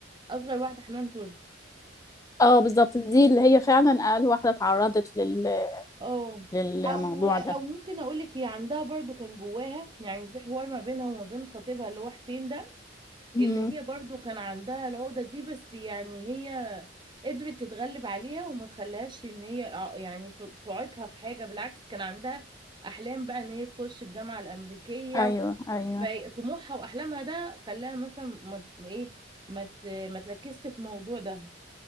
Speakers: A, on the right; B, on the left.
A: أصغر واحدة حنان ترك
B: اه بالظبط دي اللي هي فعلا اقل واحده اتعرضت لل...
A: اه
B: للموضوع
A: أو أو ممكن أقول لك هي عندها برضو كان جواها يعني في حوار ما بينها وما بين خطيبها اللي هو حسين ده
B: ده
A: إن هي برضو كان عندها العقدة دي بس يعني هي قدرت تتغلب عليها وما تخليهاش إن هي ع- يعني ت- تعيقها في حاجة بالعكس كان عندها أحلام بقى إن هي تخش الجامعة الأمريكية
B: ايوه ايوه
A: فطموحها واحلامها ده خلاها مثلا ما ما ايه ما ت- ما تركزش في الموضوع ده